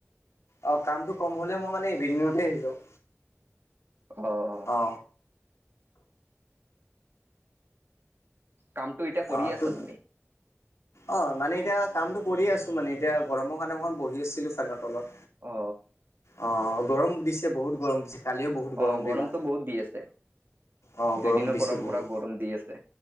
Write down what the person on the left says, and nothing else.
অ কামটো কম হ'লে মই মানে ইভিনি‍ংতে আহি যাওঁ।
অ
অ
তোক
অ মানে এতিয়া কামটো কৰি আছোঁ মানে এতিয়া গৰমৰ কাৰণে অকমান বহি আছিলোঁ ফেনত। তলত,
অ গৰম দিছে বহুত গৰম দিছে। কালিও বহুত
গৰম
দিলা।
অ
গৰম দিছে
বহুত,